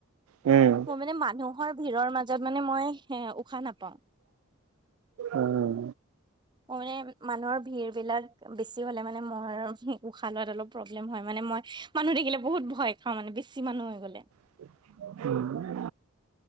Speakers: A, on the right; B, on the right.
A: উম।
B: মই মানে মানুহৰ ভিৰৰ মাজত মানে মই উশাহ নাপাওঁ।
A: উম।
B: অ মানে মানুহৰ ভিৰ বিলাক বেছি হ'লে মানে মই উশাহ লোৱাত অলপ প্ৰব্লেম হয় মানে মই মানুহ দেখিলে বহুত ভয় খাও মানে বেছি মানুহ হৈ গ'লে।
A: <inaudible>